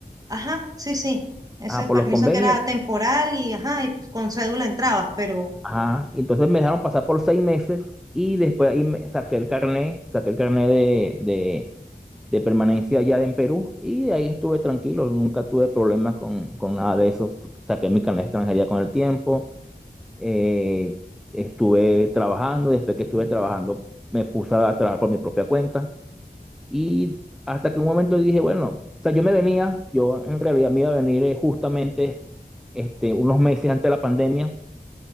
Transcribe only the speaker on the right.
ajá, sí, sí, ese
permiso
que era temporal y ajá, y con cédula entrabas, pero